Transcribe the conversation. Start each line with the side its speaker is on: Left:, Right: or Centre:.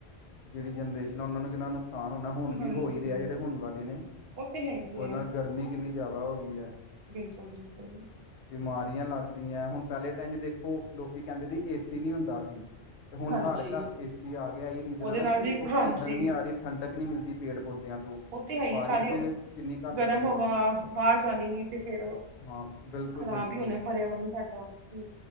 Left: ਜਿਹੜੀ ਜਨਰੇਸ਼ਨ ਉਹਨਾਂ ਨੂੰ ਕਿੰਨਾ ਨੁਕਸਾਨ ਹੋਣਾ ਹੁਣ ਵੀ
Right: ਹਾਂਜੀ
Left: ਹੋ ਹੀ ਰਿਹਾ ਜਿਹੜੇ ਹੁਣ ਵਾਲੇ ਨੇ
Right: ਉਹ ਤੇ ਹੈ ਹੀ
Left: ਉਹਦੇ
Right: ਹੈ
Left: ਨਾਲ ਗਰਮੀ ਕਿੰਨੀ ਜ਼ਿਆਦਾ ਹੋ ਗਈ ਹੈ,
Right: ਬਿਲਕੁਲ ਬਿਲਕੁਲ ਜ
Left: ਬਿਮਾਰੀਆਂ ਲੱਗ ਹੁਣ ਪਹਿਲੇ ਟਾਈਮ ਚ ਦੇਖੋ ਲੋਕੀ ਕਹਿੰਦੇ ਸੀ ਏਸੀ ਨੀ ਹੁੰਦਾ ਸੀ। ਤੇ ਹੁਣ
Right: ਹਾਂਜੀ
Left: ਹਰ ਘਰ ਚ ਏਸੀ ਆ ਗਿਆ ਇਹ ਰੀਜ਼ਨ
Right: ਉਹਦੇ
Left: ਆ ਨਾ
Right: ਨਾਲ
Left: ਕਿ,
Right: ਵੀ
Left: ਆਕਸੀਜਨ
Right: ਹਾਂਜੀ
Left: ਨਹੀਂ ਆ ਰਹੀ ਠੰਡਕ ਨੀ ਮਿਲਦੀ ਪੇੜ ਪੌਦਿਆਂ ਤੋਂ,
Right: ਉਹ ਤੇ ਹੈਗੀ
Left: ਬਾਰਿਸ਼
Right: ਸਾਰੀ
Left: ਕਿੰਨੀ ਘੱਟ
Right: ਗਰਮ
Left: ਗਈ ਹੈ
Right: ਹਵਾ ਬਾਹਰ ਜਾਣੀ ਤੇ ਫਰ
Left: ਹਾਂ ਬਿਲਕੁਲ
Right: ਖ਼ਰਾਬ
Left: ਬਿਲਕੁਲ
Right: ਹੀ ਹੋਣਾ ਪਰਿਆਵਰਨ ਸਾਡਾ ਨ